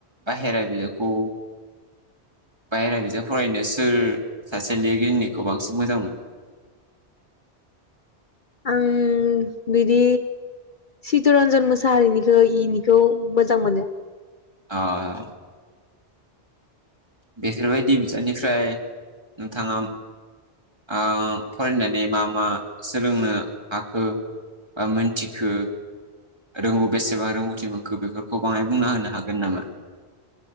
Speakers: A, on the right; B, on the left.
A: बाहेरा बिजाबखौ बाहेरा बिजाब फरायनो सोर सासे लिरगिरिनिखौ बांसिन मोजां मोनो?
B: आं बिदि चितरन्जन मोसाहारिनिखौ इनिखौ मोजां मोनो।
A: अह बेफोरबायदि बिजाबनिफ्राय नोंथाङा ओ फरायनानै मा मा सोलोंनो हाखो बा मिनथिखो? रोंगौ बेसेबां रोंगौथि मोनखो बेफोरखौ बाङाय बुंना होनो हागोन नामा?